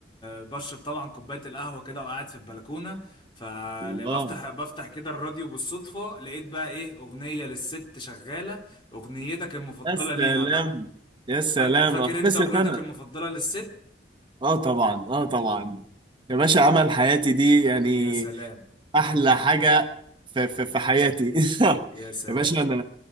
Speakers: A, on the left; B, on the right.
A: بشرب طبعا كوباية القهوة كده وقاعد في البلكونة فبفتح
B: الله
A: بفتح كده الراديو بالصدفة لقيت بقى ايه اغنية للست شغالة اغنيتك المفضلة
B: يا سلام
A: ليها بقى
B: يا سلام
A: ف... فاكر
B: اتبسط
A: انت اغنيتك
B: انا
A: المفضلة للست؟
B: اه طبعا اه طبعا يا باشا عمل حياتي دي يعني
A: يا سلام
B: احلى حاجه في في, في حياتي <laughs>
A: يا سلام
B: يا باشا انا